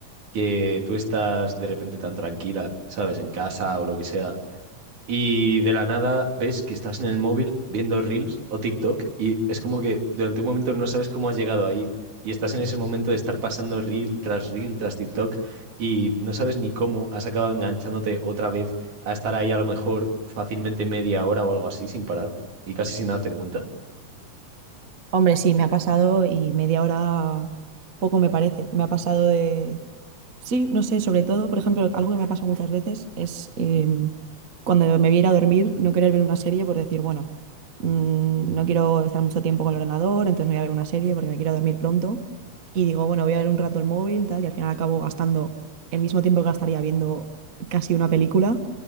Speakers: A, on the right (about 65°); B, on the right (about 40°).
A: que tú estás de repente tan tranquila, ¿sabes? En casa o lo que sea, y de la nada ves que estás en el móvil viendo Reels o TikTok y es como que durante un momento no sabes cómo has llegado ahí y estás en ese momento de estar pasando Reel tras Reel tras TikTok y no sabes ni cómo has acabado enganchándote otra vez a estar ahí a lo mejor fácilmente media hora o algo así sin parar y casi sin darte cuenta.
B: Hombre, sí, me ha pasado y media hora poco me parece. Me ha pasado de Sí, no sé, sobre todo, por ejemplo, algo que me ha pasado muchas veces es em, cuando me voy a ir a dormir, no querer ver una serie por decir, bueno, mm, no quiero estar mucho tiempo con el ordenador, entonces no voy a ver una serie porque me quiero dormir pronto. Y digo, bueno, voy a ver un rato el móvil, tal, y al final acabo gastando el mismo tiempo que gastaría viendo casi una película,